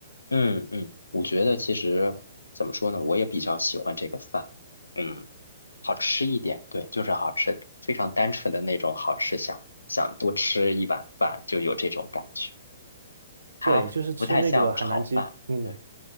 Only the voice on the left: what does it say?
嗯嗯，我觉得其实怎么说呢，我也比较喜欢这个饭，嗯，好吃一点，对，就是好吃，非常单纯的那种好吃，想想多吃一碗饭就有这种感觉。它不太像炒饭。
对